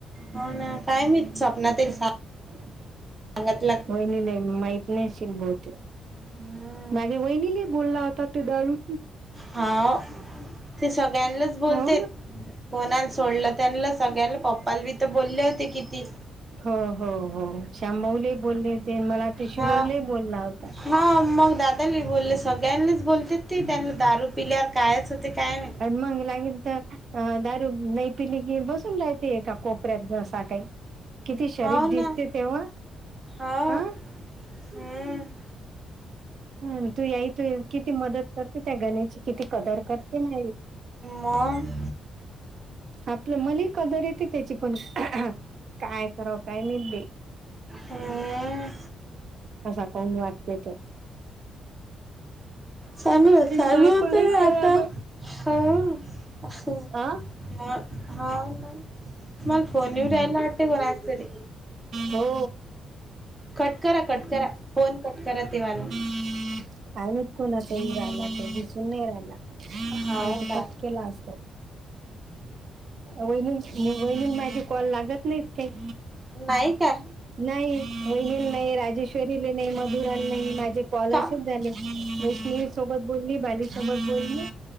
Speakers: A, on the right; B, on the right.
A: हो ना. काय माहित स्वप्नात येईल सा
B: <inaudible>
A: <unintelligible>
B: वहिनीले हि माहित नशील बहुतेक.
A: हम्म
B: मागे वहिनीले हि बोलला होता ते दारू
A: हा ते सगळ्यांनाच बोलतेत.
B: हो
A: कोणाला सोडलं त्यांना सगळ्यांना पप्पाला बी तर बोलले होते किती
B: हो हो हो श्यामबाहले बोलले होते मला ते
A: हा
B: शुभमला बोलला होता.
A: हा मग दादानी बोलले सगळ्यांनीच बोलते ती त्यांना दारू पिल्यार कायच होते काय माहि
B: आणि मग लागेल तर दारू नाही पिली की बसून राहते एका कोप पऱ्यात जसा काही किती शरीफ
A: हाव
B: दिसतेत
A: ना
B: तेंव्हा
A: हाव
B: हा
A: हम्म
B: ह तू याई तू किती मदत करते त्या गण्याची किती कदर करते नाइ
A: मग
B: आपली मले कदर येती त्याची कोणी काय कराव काय माहित बाई
A: हम्म
B: असं कोण वागतेत
A: चांगलं चालू
B: बायको
A: होत
B: लई
A: ग
B: खराब
A: आता
B: आहे.
A: हो. हो
B: आ
A: हा हा ना त मला फोन येऊ राहिला वाटतंय कोणाचा तरी
B: हो
A: कटकरा कटकरा फोन कट करा तेवाला.
B: काय माहित कोणाचा येऊ राहिला तो दिसून नाही राहिला. नाहीतर
A: हाव का.
B: कट केला असता वैनी वैनीला माझे कॉल लागत नाहीत ठीक
A: नाही काय
B: नाही वहिनीला नाही राजेश्वरीले नाही मधुराला नाही माझे स्कॉलरशिप
A: का
B: झाले वैष्णवी सोबत बली बा सोबत बली